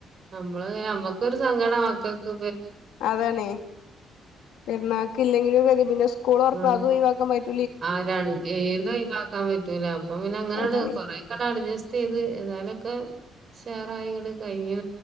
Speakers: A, on the right; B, on the left.
A: നമ്മള് നമ്മക്കരു സങ്കടം മക്കക്ക്
B: അതാണേ പിെരണാക്ക് ഇല്ലെങ്കിലും ക പിന്നെ സ്കൂൾ വറക്കണം
A: ഉം
B: അത് ഒഴിവാക്കാൻ പറ്റ
A: ആ ര ഏത്ും ഒവാക്കാൻ പറ്റൂല അപ്പൊ പിന്നെ അങ്ങനെ
B: അതാണേ
A: കൊറെ കട അഡ്ജസ്റ്റ് ചെയ്ത് എന്നതാലൊക്കെ ഷാറായങ്ങട്ട കഴിഞ്ഞെ